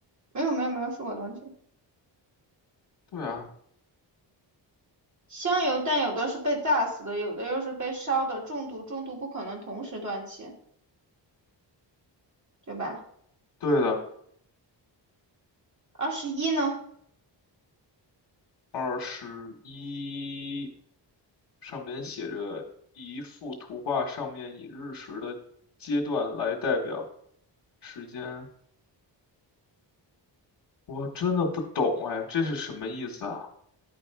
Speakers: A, on the right; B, on the left.
A: 没有没有没有，是我的问题。
B: 对啊，
A: 香油但有的是被炸死的，有的又是被烧的中毒，中毒不可能同时断气，对吧？
B: 对的，
A: 二十一呢？
B: 二十一上边写着一幅图画，上面以日食的阶段来代表时间。我真的不懂哎，这是什么意思啊？